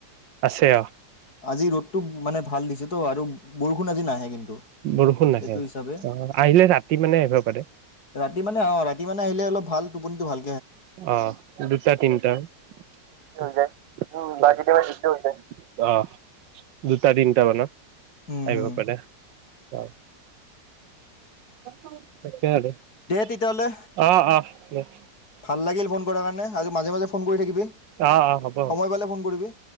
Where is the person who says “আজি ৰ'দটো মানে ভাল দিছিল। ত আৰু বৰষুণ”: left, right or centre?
Left